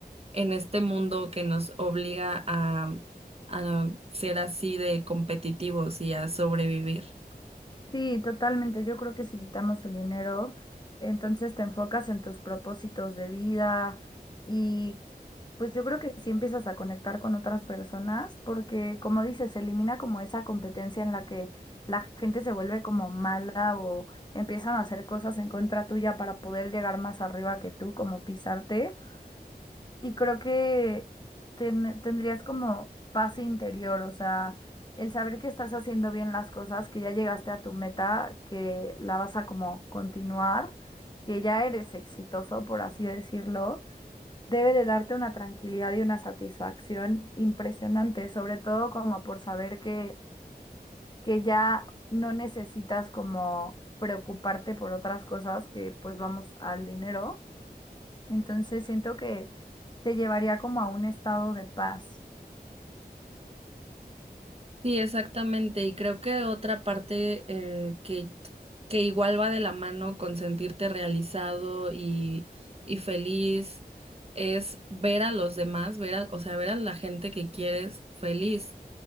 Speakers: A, on the right; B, on the left.
A: en este mundo que nos obliga a, a ser así de competitivos y a sobrevivir.
B: Sí, totalmente. Yo creo que si quitamos el dinero, entonces te enfocas en tus propósitos de vida y pues yo creo que sí empiezas a conectar con otras personas porque como dices, se elimina como esa competencia en la que la gente se vuelve como mala o empiezan a hacer cosas en contra tuya para poder llegar más arriba que tú, como pisarte. Y creo que ten- tendrías como paz interior, o sea, el saber que estás haciendo bien las cosas, que ya llegaste a tu meta, que la vas a como continuar, que ya eres exitoso, por así decirlo, debe de darte una tranquilidad y una satisfacción impresionante, sobre todo como por saber que, que ya no necesitas como preocuparte por otras cosas que pues vamos al dinero entonces siento que te llevaría como a un estado de paz.
A: Sí, exactamente. Y creo que otra parte eh, que, que igual va de la mano con sentirte realizado y, y feliz es ver a los demás, ver a, o sea, ver a la gente que quieres feliz.